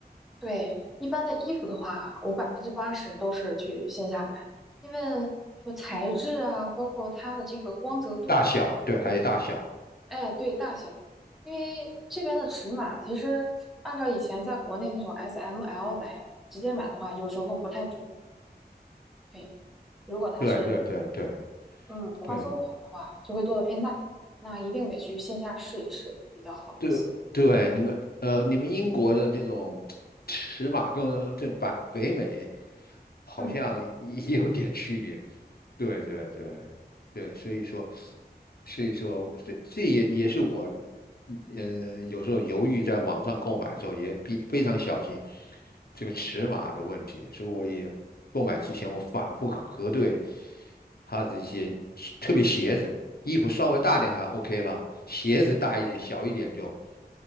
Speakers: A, in the centre; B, on the left (about 65°).
A: 对，一般的衣服的话，我百分之八十都是去线下买，因为什么材质啊，包括它的这个光泽度、
B: 大小，对，还有大小。
A: 质感，哎，对，大小，因为这边的尺码其实按照以前在国内那种 S、M、L 来直接买的话，有时候不太准。对，如果它是
B: 对对对对
A: 嗯宽松款的话，
B: 对
A: 就会做的偏大，那一定得去线下试一试比较好一些。
B: 对对，你们呃，你们英国的这种尺码跟这北北美好像也有点区别。
A: 嗯，
B: 对对对对，所以说，所以说，这这也也是我，嗯、有时候犹豫在网上购买的时候也比非常小心这个尺码的问题，所以我也购买之前我反复核对它这些特别鞋子。衣服稍微大点还 OK 了，鞋子大一点、小一点就